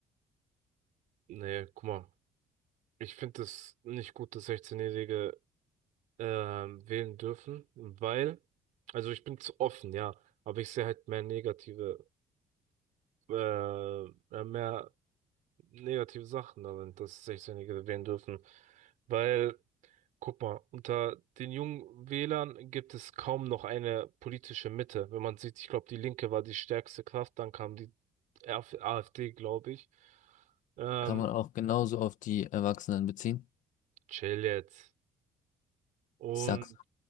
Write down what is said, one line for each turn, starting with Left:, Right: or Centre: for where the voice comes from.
Right: Nee, guck mal. Ich finde es nicht gut, dass 16-Jährige ähm, wählen dürfen, weil, also ich bin zu offen, ja, aber ich sehe halt mehr negative, äh, äh, mehr negative Sachen darin, dass 16-Jährige wählen dürfen. Weil, guck mal, unter den jungen Wählern gibt es kaum noch eine politische Mitte. Wenn man sieht, ich glaube, die Linke war die stärkste Kraft, dann kam die RF AfD, glaube ich. Ähm,
Left: Kann man auch genauso auf die Erwachsenen beziehen.
Right: chill jetzt. Und
Left: Ich sag's.